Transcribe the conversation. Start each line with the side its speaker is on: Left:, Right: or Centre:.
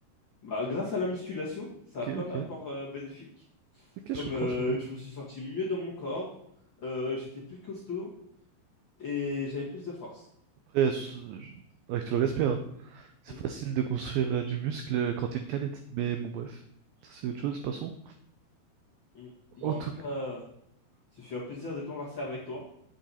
Left: Bah, grâce à la musculation, ça
Right: Ok,
Left: a plein
Right: ok.
Left: d'apports euh, bénéfiques.
Right: Ok, je
Left: Comme
Right: comprends,
Left: euh,
Right: je comprends.
Left: je me suis senti mieux dans mon corps, euh, j'étais plus costaud et j'avais plus de force.
Right: Après, euh, ce- je- avec tout le respect, hein, c'est
Left: Hmm.
Right: facile de construire euh, du muscle euh, quand t'es une canette. Mais bon, bref. Ça, c'est autre chose, passons.
Left: Mm. Bon,
Right: En tout
Left: en tout cas,
Right: cas,
Left: ce fut un plaisir de converser avec toi,